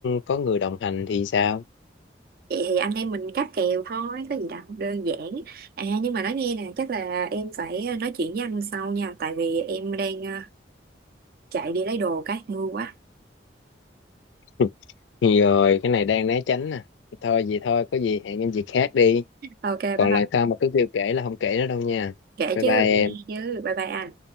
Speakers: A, on the left (about 85°); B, on the right (about 55°).
A: có người đồng hành thì sao
B: vậy thì anh em mình cáp kèo thôi có gì đâu đơn giản à nhưng mà nói nghe nè chắc là em phải nói chuyện với anh sau nha tại vì em đang ờ, chạy đi lấy đồ cái mưa quá
A: <laughs> rồi cái này đang né tránh nè thôi vậy thôi có gì hẹn em dịp khác đi
B: ok bye
A: còn
B: bye
A: lần sau mà cứ kêu kể là không kể nữa đâu nha
B: kể
A: bye
B: chứ
A: bye em
B: cũng nghe chứ bye bye anh